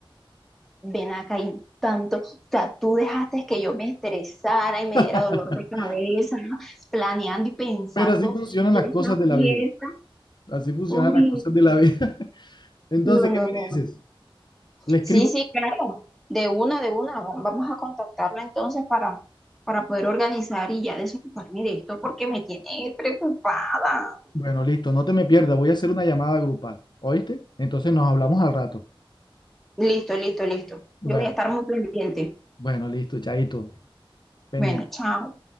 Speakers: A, in the centre; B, on the left.
A: Ven acá y tanto, o sea, tú dejaste que yo me estresara y me
B: <laughs>
A: diera dolor de cabeza, ¿no? Planeando y pensando
B: Pero así funcionan
A: esa
B: las cosas de
A: fiesta.
B: la vida. Así funcionan
A: Uy,
B: las cosas de la vida. <laughs> Entonces,
A: no, no,
B: ¿qué me
A: no, no.
B: dices? Le escribo.
A: Sí, sí, claro, de una, de una. va- Vamos a contactarla entonces para, para poder organizar y ya desocuparme de esto porque me tiene preocupada.
B: Bueno, listo, no te me pierdas. Voy a hacer una llamada grupal. ¿Oíste? Entonces nos hablamos al rato.
A: Listo, listo, listo.
B: Bueno,
A: Yo voy a estar muy pendiente.
B: bueno, listo, chaito. Pendiente.
A: Bueno, chao.